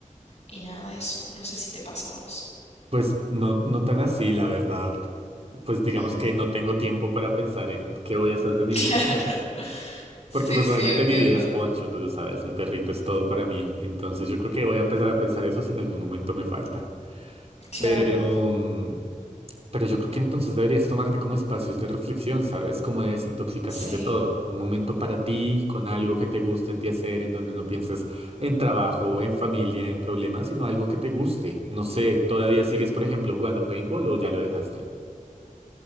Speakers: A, on the left; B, on the right.
A: y nada, eso. No sé si te pasa a vos.
B: Pues no, no tan así, la verdad. Pues digamos
A: Mm,
B: que no tengo tiempo para pensar en qué voy a hacer de mi
A: <laughs> claro.
B: vida.
A: Sí,
B: Porque pues
A: sí,
B: realmente
A: entiendo.
B: mi vida es Poncho, tú lo sabes, mi perrito es todo para mí. Entonces yo creo que voy a empezar a pensar eso si en algún momento me falta.
A: Claro,
B: Pero, mm, pero yo creo que entonces deberías tomarte como espacios de reflexión, ¿sabes? Como de desintoxicación
A: sí.
B: de todo. Un momento para ti, con algo que te guste a ti hacer, en donde no pienses en trabajo, en familia, en problemas, sino algo que te guste. No sé, ¿todavía sigues, por ejemplo, jugando paintball o ya lo dejaste?